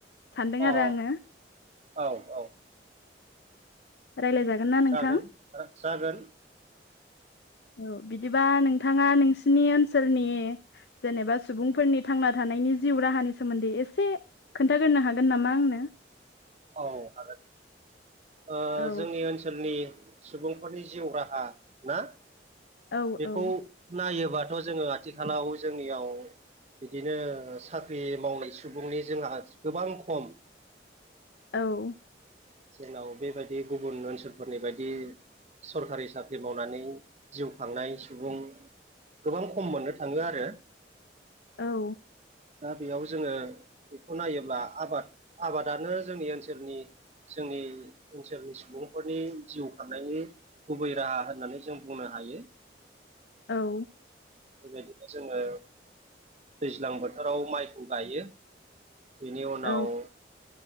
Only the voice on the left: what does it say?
सानदों
आरो आङो
रायलायजागोन ना नोंथां
औ बिदिबा नोंथाङा नोंसिनि ओनसोलनि जेनेबा सुबुंफोरनि थांना थानायनि जिउ राहानि सोमोन्दै एसे खोन्थागोरनो हागोन नामा आंनो
औ
औ
औ
औ।
औ
औ
औ